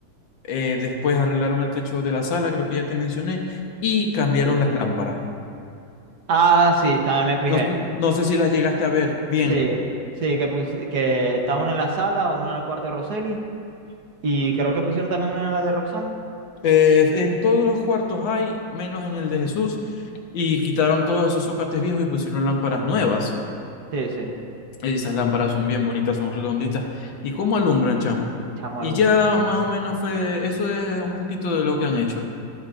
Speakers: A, on the left; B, on the right.
A: eh, después arreglaron el techo de la sala, creo que ya te mencioné, y cambiaron
B: Sí.
A: las lámparas.
B: Ah, sí, también me fijé.
A: No, no sé si las llegaste a ver bien.
B: Sí, sí, que, pus- que está una en la sala, una en el cuarto de Roseli. Y creo que pusieron también una en la de Roxanne.
A: Eh, en todos los cuartos hay, menos en el de Jesús, y quitaron todos esos zócates viejos y pusieron lámparas nuevas.
B: Sí, sí.
A: Esas lámparas son bien bonitas, son redonditas. ¿Y cómo alumbran, chamo?
B: Chamo,
A: Y
B: alumbran
A: ya
B: bastante.
A: más o menos fue, eso es un poquito de lo que han hecho.